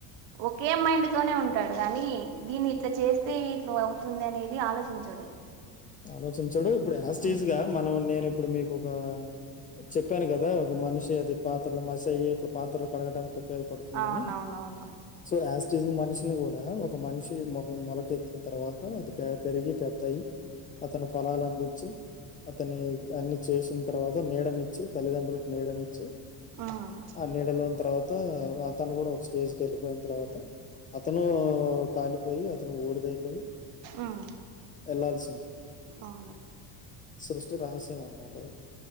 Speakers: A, on the right; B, on the left.
A: ఒకే మైండ్తోనే ఉంటాడు కానీ దీన్ని ఇట్లా చేస్తే ఇట్లా అవుతుంది అనేది ఆలోచించడు
B: ఆలోచించడు ఇప్పుడు యాజిటీస్గా
A: ఉమ్
B: మనం నేను ఇప్పుడు మీకు ఒక చెప్పాను కదా ఒక మనిషి అది పాత్రలు మసయి ఇట్లా పాత్రలు కడగడానికి ఉపయోగపడుతుందని
A: అవునవునవును
B: సో యాజ్టిస్గా మనిషిని కూ డ ఒక మనిషి మొ మొలకెత్తిన తర్వాత అది పెరిగి పెద్దయి అతను ఫలాలు అందించి అతని అన్ని చేసిన తర్వాత నీడనిచ్చి తల్లిదండ్రులకు నీడనిచ్చు
A: ఉమ్
B: ఆ నీడలోని తర్వాత త అతను కూడా ఒక స్టేజ్ కి వెళ్ళిపోయిన తర్వాత అతను కాలిపోయి అతను బుడిదయిపోయి
A: ఉమ్
B: ఎళ్లాల్సి
A: అవును
B: సృష్టి రహస్యం అనమాట అది